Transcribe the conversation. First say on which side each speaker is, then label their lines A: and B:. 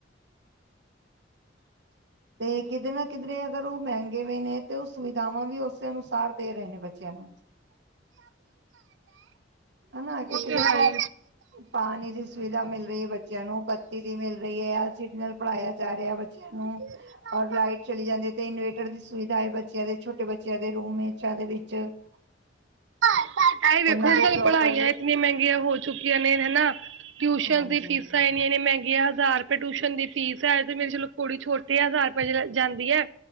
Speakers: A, on the right; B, on the right.
A: <inaudible> ਤੇ ਕਿਧਰੇ ਨਾ ਕਿਧਰੇ ਅਗਰ ਓ ਮੈਂਗੇ ਵੀ ਨੇ ਤੇ ਓ ਸੁਵਿਧਾਵਾਂ ਵੀ ਓਸੇ ਅਨੁਸਾਰ ਦੇ ਰਹੇ ਨੇ ਬੱਚਿਆਂ ਨੂੰ ਹਨਾ ਕਿਉਂਕਿ
B: ਉਹ ਤੇ
A: ਦੇਖੋ
B: ਹੈ
A: ਪਾਨੀ ਦੀ ਸੁਵਿਧਾ ਮਿਲ ਰੀ ਐ ਬੱਚਿਆਂ ਨੂੰ ਬੱਤੀ ਦੀ ਮਿਲ ਰੀ ਐ। ਐਲ ਸੀਲ ਪੜ੍ਹਾਇਆ ਜਾ ਰਿਆ ਬੱਚਿਆਂ ਨੂੰ
B: ਹੀ।
A: ਔਰ ਲਾਈਟ ਚਲੀ ਜਾਂਦੀ ਏ ਤੇ ਇਨਵੇਟਰ ਦੀ ਸੁਵਿਧਾ ਐ ਬੱਚਿਆਂ ਦੇ ਛੋਟੇ ਬੱਚਿਆਂ ਦੇ ਰੂਮ ਮੇਚਾ ਦੇ ਵਿੱਚ <inaudible>
B: ਆ
A: ਉਹਨਾਂ
B: ਈ ਵੇਖੋ ਅੱਜ-ਕੱਲ
A: ਦੇ ਪ੍ਰੋਪਰ
B: ਪੜਾਈਆ ਏਨੀਆਂ ਮੈਂਗੀਆਂ ਹੋ ਚੁੱਕੀਆਂ ਨੇ ਹਨਾ ਟਿਊਸ਼ਨ
A: ਹਾਂਜੀ
B: ਦੀ ਫੀਸਾਂ ਏਨੀਆਂ-ਏਨੀਆਂ ਮੈਂਗੀਆਂ ਹਜ਼ਾਰ ਟਿਊਸ਼ਨ ਦੀ ਫੀਸ ਐ ਤੇ ਮੇਰੇ ਚਲੋ ਕੁੜੀ ਛੋਟੀ ਤੇ ਹਜ਼ਾਰ ਰੁਪਏ ਜਾਂਦੀ ਐ